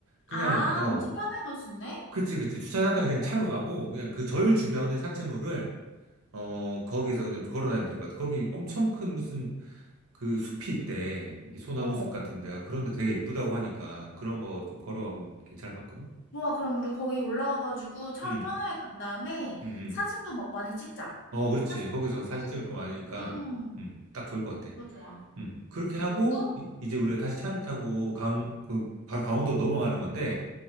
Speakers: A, on the right; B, on the left.
A: 그냥,
B: 아,
A: 어,
B: 엄청 편하게 갈 수 있네?
A: 그치, 그치. 주차장까지 그냥
B: 어?
A: 차로 가고 그냥 그 절 주변의 산책로를 어, 거기서 그냥 걸어다니면 될 것 같아. 거기 엄청 큰 무슨 그 숲이 있대. 이게 소나무
B: 어.
A: 숲 같은 데가. 그런데 되게 예쁘다고 하니까 그런 거 좀 걸어가 보면 괜찮을 것 같거든?
B: 좋아, 그럼 우리 거기 올라가가지고 차로
A: 응,
B: 편하게 간 다음에
A: 응, 응.
B: 사진도 막 많이 찍자.
A: 어, 그렇지.
B: 사진
A: 거기서
B: 찍고,
A: 사진 찍을 거 많으니까,
B: 음,
A: 음, 딱 좋을 것 같아.
B: 그거 좋아.
A: 음, 그렇게
B: 그리고,
A: 하고, 이- 이제
B: 음,
A: 우리가 다시 차를 타고 강, 그, 바로 강원도 넘어가는 건데,